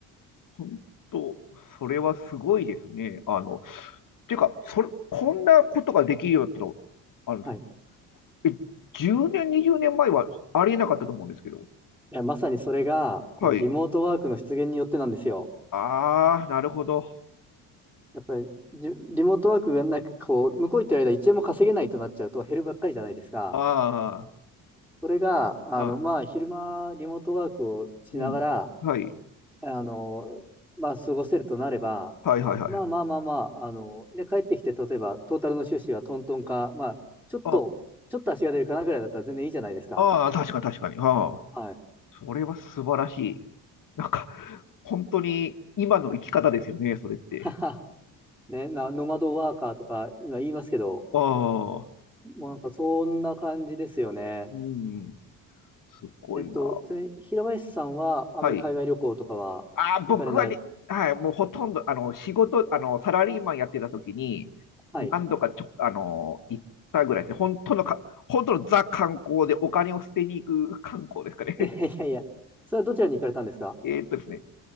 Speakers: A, on the left; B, in the centre.
A: 本当、それはすごいですね。あの、っていうか、それ、こんなことができるようになったの、あの、
B: い。
A: え、10年、20年前はありえなかったと思うんですけど。
B: いや、まさにそれが、このリモートワークの出現によってなんですよ。
A: はい。ああ、なるほど。
B: やっぱりリ、リモートワークがなく、こう、向こう行ってる間一円も稼げないとなっちゃうと減るばっかりじゃないですか。
A: あ
B: それが、あの、
A: あ、は
B: まあ、昼間、リモートワークをしながら、
A: い。うん。はい。
B: あの、まあ、過ごせるとなれば、
A: はいはいはい。
B: まあまあまあまあ、あの、で、帰ってきて、例えば、トータルの収支はトントンか、まあ、ちょっと、
A: あ、
B: ちょっと足が出るかなぐらいだったら全然いいじゃないですか。
A: ああ、確かに確かに。ああ、
B: はい。
A: それは素晴らしい。なんか、本当に今の生き方ですよね、それって。
B: <laughs> ははね、な、ノマドワーカーとか今言いますけど、
A: ああ、
B: もうなんかそんな感じですよね。
A: うん、すごいな。
B: えっと、ちなみに平林さんはあまり海外旅行とかは行かれない。
A: はい。あー、僕はね、はい、もうほとんど、あの、仕事、あの、サラリーマンやってた時に、
B: はい。
A: 何度かちょ、あの、行ったぐらいですね。本当のか、本当のザ観光でお金を捨てに行く観光ですかね。
B: <laughs> え、いやいや、それはどちらに行かれたんですか
A: <laughs> えーっとですね、